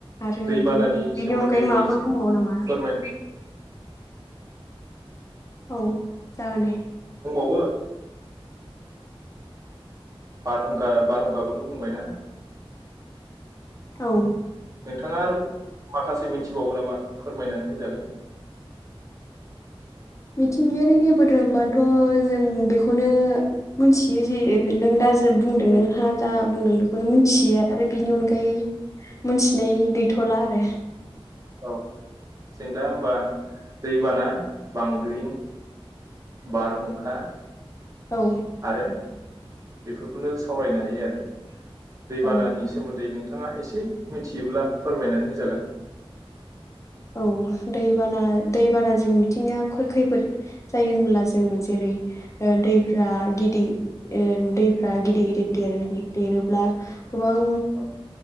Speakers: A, on the left (about 30°); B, on the right (about 35°).
A: आरो
B: दैबानानि
A: बेनि बेनि
B: सोमोन्दै
A: अनगायै माबाफोर
B: एसे
A: दंबावो नामा
B: फोरमायनाय
A: औ जागोन दे
B: बो बारहुंखा बारहुंखाखौथ' बुंबाय ना
A: औ
B: नोंथाङा आरो माखासे मिथिबावगौ नामा फोरमायनानै होजागोन
A: मिथिंगायारि खैफोद होनबाथ' जों बेखौनो मिथियो जे नों दा जि बुंदों नोंहा जा बुंदों बेखौनो मिथियो आरो बिनि अनगा होय मिथिनाय गैथ'ला आरो
B: औ जों दा होनबा दैबाना बांग्रिं बारहुंखा
A: औ
B: आरो बेफोरखौनो सावरायनो हायो आरो दैबानानि
A: औ
B: सोमोन्दै नोंथा नोंथाङा एसे मिथियोब्ला फोरमायनानै होजागोन
A: औ दैबाना दैबानाजों मिथिंगायारि खैफोद जायो होनब्ला जोङो जेरै ओ दैफ्रा गिदि ओ दैफ्रा गिदिर गिदिर देर-देरोब्ला गोबां
B: औ